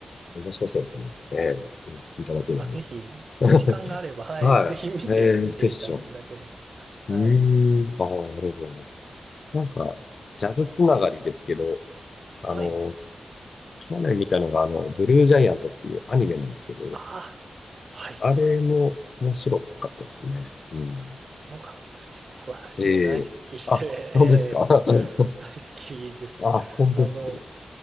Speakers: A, on the left (about 75°); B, on the right (about 70°).
A: 面白そうですね。ええ今聞いただけでも。
B: あ、ぜひ、
A: <laughs>
B: 時間があれば、はい、
A: はい。
B: ぜひ見て、
A: ええセッション。
B: 見ていただければ。はい。
A: うーん。ああ、ありがとうございます。なんか、ジャズつながりですけど、あの、
B: はい。
A: 去年見たのが、あの、ブルージャイアントっていうアニメなんですけど、
B: ああ、はい。
A: あれも面白かったですね。うん。
B: よかったですね。私も大好きで、
A: ええあ、そうですか。
B: <laughs> ええ
A: <laughs>
B: 大好きです。
A: あ、本当です。
B: あの、